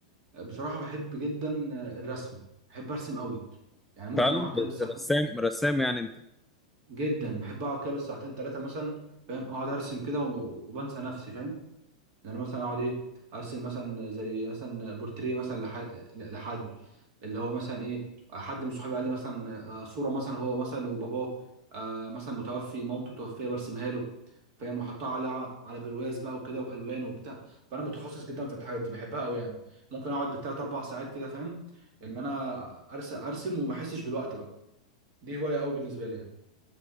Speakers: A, on the right; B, in the centre.
A: بصراحة بحب جدا الرسم بحب ارسم قوي يعني ممكن
B: فعلا
A: اقعد كده
B: بت-
A: بالساعتين
B: رسام رسام يعني انت
A: جدا بحب اقعد كده بالساعتين ثلاثة مثلا فاهم اقعد ارسم كده و- وبنسى نفسي فاهم يعني مثلا اقعد ايه ارسم مثلا زي مثلا بورتريه مثلا لح- لحد اللي هو مثلا ايه حد من صحابي قال لي مثلا آه، صوره مثلا هو مثلا وباباه آه، مثلا متوفي مامته متوفيه برسمها له فاهم واحطها على على برواز بقى وكده والوان وبتاع فانا متخصص جدا في الحاجات دي بحبها قوي يعني ممكن اقعد بالثلاث اربع ساعات كده فاهم ان انا ارسم ارسم وما احسش بالوقت بقى دي هوايه قوي بالنسبه لي يعني